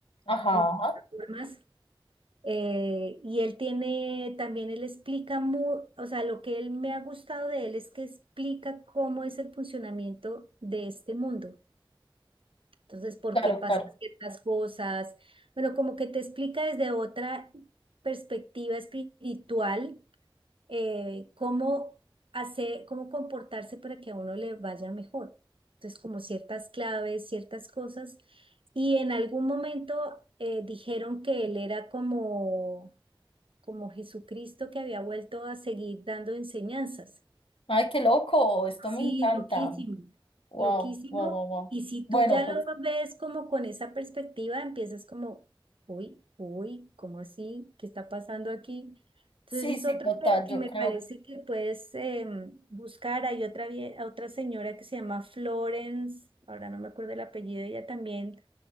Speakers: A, on the left (about 85°); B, on the right (about 75°).
A: ajá,
B: en plataformas. Eh, y él tiene, también él explica, mu- o sea, lo que él me ha gustado de él es que explica cómo es el funcionamiento de este mundo. Entonces, por
A: claro,
B: qué pasan
A: claro.
B: ciertas cosas. Bueno, como que te explica desde otra perspectiva espiritual eh, cómo hacer, cómo comportarse para que a uno le vaya mejor. Entonces, como ciertas claves, ciertas cosas. Y en algún momento eh, dijeron que él era como, como Jesucristo que había vuelto a seguir dando enseñanzas.
A: Ay, qué loco, esto me
B: Sí,
A: encanta.
B: loquísimo,
A: Wow,
B: loquísimo.
A: wow, wow, wow.
B: Y si
A: Bueno,
B: tú ya
A: pues
B: lo ves como con esa perspectiva, empiezas como, uy, uy, ¿cómo así? ¿Qué está pasando aquí? Entonces
A: sí,
B: es
A: sí,
B: otro
A: total,
B: que, que
A: yo
B: me
A: creo
B: parece
A: que,
B: que puedes em, buscar. Hay otra, vie- otra señora que se llama Florence, ahora no me acuerdo el apellido, ella también